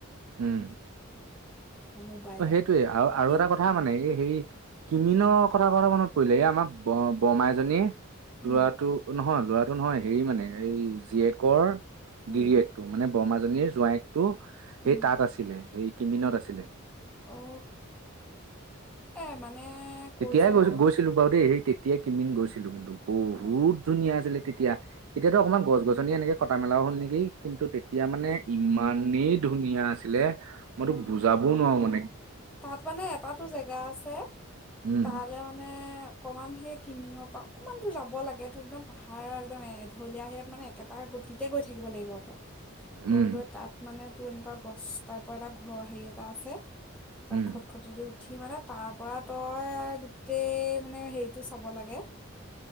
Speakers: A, on the right (about 75°); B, in the centre.
A: উম।
B: বা মোবাইলত
A: অ সেইটোৱে আৰু, আৰু
B: কিন্তু
A: এটা কথা মানে এই হেৰি কিমিনৰ কথা কওটে মনত পৰিলে, এই আমাৰ বমা এজনীয়ে
B: উম
A: ল'ৰাটো নহয়, ল'ৰাটো টো নহয়, হেৰি মানে এই জীয়েকৰ
B: উম
A: গিৰিয়েকটো মানে বৰমাজনীৰ জোঁৱায়েক টো সেই
B: উম
A: তাত আছিলে, সেই কিমিনত আছিলে।
B: অ এ মানে কৈছোঁ
A: তেতিয়াই গৈ
B: নহয়
A: গৈছিলো বাৰু দেই সেই তেতিয়াই কিমিন গৈছিলো কিন্তু বহুত
B: অঁ
A: ধুনীয়া আছিলে। তেতিয়া এতিয়াতো অকমান গছ গছনি এনেকে কটা মেলাও হ'ল নেকি, কিন্তু তেতিয়া মানে ইমানেই ধুনীয়া আছিলে। মই তোক
B: অ
A: বুজাবও নোৱাৰো মানে
B: তাত মানে এটাতো জেগা আছে
A: উম
B: তালে মানে কমান সেই কিমিঙৰ পৰা অকমান দূৰ যাব লাগে তোৰ একদম পাহাৰৰ একদম এঢলীয়া সেয়াত মানে একেটা গতিতে গৈ থাকিব লাগিব তই। গৈ
A: উম
B: গৈ তাত মানে তোৰ এনকুৱা গছ টাইপ ওপৰ এটা ঘৰ হেৰি এটা আছে তাৰ
A: উম
B: খটখট যদি উ উঠি মানে তাৰ পৰা তই গোটেই মানে হেৰিটো চাব লাগে।